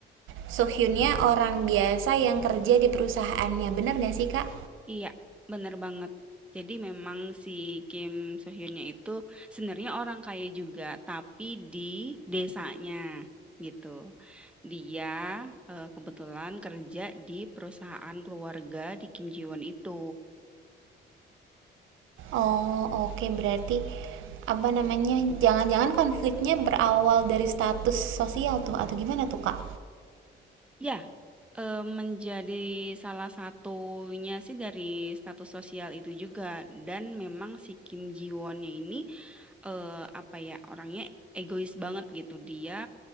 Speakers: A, on the right (about 80°); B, in the centre.
A: So Hyunnya orang biasa yang kerja di perusahaannya bener nggak sih kak
B: Iya, bener banget. Jadi memang si Kim So Hyunnya itu sebenarnya orang kaya juga, tapi di desanya gitu. Dia eh, kebetulan kerja di perusahaan keluarga di Kim Ji Won itu.
A: Oh, oke berarti, apa namanya, jangan-jangan konfliknya berawal dari status sosial tuh atau gimana tuh, Kak?
B: Ya, eh, menjadi salah satunya sih dari status sosial itu juga. Dan memang si Kim Ji Wonnya ini eh, apa ya orangnya egois banget gitu dia